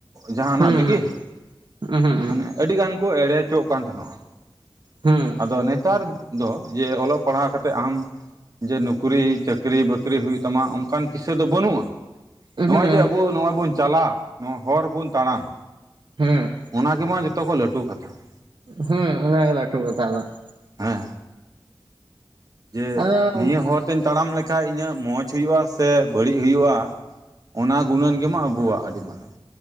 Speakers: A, on the right; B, on the right.
A: ᱡᱟᱦᱟᱱᱟᱜ
B: ᱦᱩᱸ
A: ᱛᱤᱜᱮ,
B: ᱦᱩᱸ ᱦᱩᱸ
A: ᱢᱟᱱᱮ, ᱟᱹᱰᱤ ᱜᱟᱱ ᱠᱚ, ᱮᱲᱮ ᱪᱚᱜ ᱠᱟᱱ ᱛᱟᱦᱮᱱᱚᱜ ᱾
B: ᱦᱩᱸ
A: ᱟᱫᱚ ᱱᱤᱛ ᱱᱮᱛᱟᱨ ᱫᱚ, ᱡᱮ, ᱚᱞᱚᱜ ᱯᱟᱲᱦᱟᱣ ᱠᱟᱛᱮ, ᱟᱢ ᱡᱮ ᱱᱩᱠᱨᱤ, ᱪᱟᱹᱠᱨᱤ ᱵᱟᱹᱠᱨᱤ, ᱦᱩᱭᱩᱜ ᱛᱟᱢᱟ, ᱚᱱᱠᱟᱱ ᱠᱤᱥᱟᱹ ᱫᱚ ᱵᱟᱹᱱᱩᱜᱼᱟ?
B: ᱩᱸᱦᱩᱸᱜ
A: ᱱᱚᱜᱼᱚᱭ, ᱡᱮ ᱟᱵᱩ ᱱᱚᱣᱟ ᱵᱩᱱ ᱪᱟᱞᱟᱜ, ᱱᱚᱣᱟ ᱦᱚᱨ ᱵᱩᱱ ᱛᱟᱲᱟᱢ,
B: ᱦᱩᱸ
A: ᱚᱱᱟ ᱜᱮᱢᱟ ᱡᱮ ᱛᱚ, ᱠᱚ ᱞᱟᱹᱴᱩ ᱠᱟᱛᱷᱟ‌ ᱾
B: ᱦᱮᱸ, ᱚᱱᱟ ᱜᱮ ᱞᱟᱹᱴᱩ ᱠᱟᱛᱷᱟ ᱫᱚ ᱾
A: ᱦᱮᱸ ᱾ ᱡᱮ,
B: ᱟᱫᱚ
A: ᱱᱤᱭᱟᱹ ᱦᱚᱨ ᱛᱮᱧ ᱛᱟᱲᱟᱢ ᱞᱮᱠᱷᱟᱡ, ᱤᱧᱟᱹᱜ ᱢᱚᱸᱡᱽ ᱦᱩᱭᱩᱜᱼᱟ ᱥᱮ ᱵᱟᱹᱲᱤᱡ ᱦᱩᱭᱩᱜᱼᱟ ᱾ ᱚᱱᱟ ᱜᱩᱱᱟᱹᱱ ᱜᱮᱢᱟ, ᱟᱵᱩᱣᱟᱜ ᱟᱹᱰᱤ ᱢᱟᱨᱟᱝ ᱾